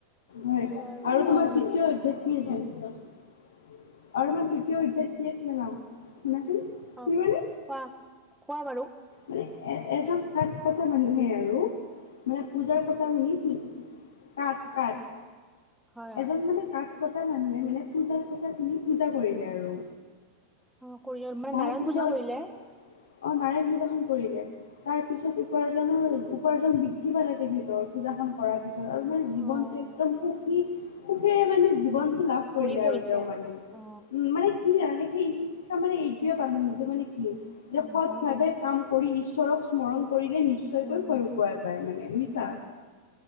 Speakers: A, on the left (about 65°); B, in the centre.
A: হয়
B: এনেকুৱা মানে
A: আৰু তোমাৰ তৃতীয় অধ্যাত কি আছে আৰু তোমাৰ তৃতীয় অধ্যায়ত ইত কি আছে জানা। শুনাচোন
B: অ,
A: কি
B: কোৱা
A: মানে
B: - কোৱা - কোৱা বাৰু।
A: মানে এ এজন সাত কথা মানুহে আৰু মানে পূজাৰ কথা শুনি কাঠ- কাঠ
B: হয় হয়
A: এজন মানে কাঠ কটা মানুহে মানে পূজা কটা শুিনি পূজা কৰিলে আৰু।
B: অ, কৰি মানে
A: তাৰ
B: নাৰায়ণ
A: পিছত
B: পূজা কৰিলে।
A: অ, নাৰায়ন পূজখনন কৰিলে তাৰ পিছত উপাৰ্জনৰ - উপাৰ্জন বৃদ্ধি পালে তে ভিতৰ পূজা কৰাৰ পিছত আৰু মানে জীৱনটো
B: অ
A: একদম সুখী সুখেৰে মানে জীৱন লাভ কৰিলে
B: ভৰি পৰিছে
A: আৰু তেও মানে
B: অ
A: উম, মানে কি আনে সেই শিক্ষা মানে এইটোৱে পানো যে মানে কি
B: উম
A: যে সৎ
B: হয়
A: ভাৱে
B: দিয়া
A: কাম কৰি ঈশ্বৰক স্মৰণ কৰিলে নিশ্চয়কৈ
B: উম
A: ফল পোৱা যায় মানে বুজিছা।